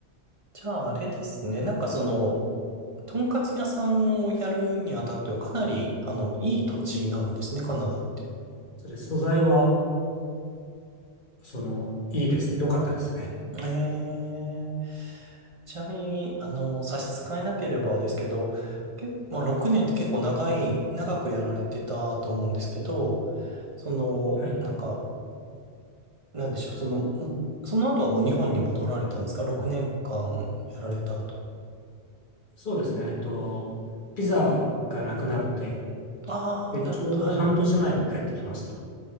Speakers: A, on the right (about 30°); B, on the left (about 50°).
A: じゃあ、あれですね。なんかその、とんかつ屋さんをやるにあたってはかなり、あの、いい土地なんですね、カナダって。
B: そうです。素材は、その、いいです。良かったですね。
A: ええ。ちなみに、あの、差し支えなければですけど、け、まあ、6年って結構長い、長くやられてたと思うんですけど、その、
B: はい。
A: なんか、なんでしょう、その、んその後はもう日本に戻られたんですか ?6 年間やられた後。
B: そうですね。えっと、ピザがなくなって、
A: ああ、
B: で、ちょうど半年前に帰ってきました。
A: なるほど、はい。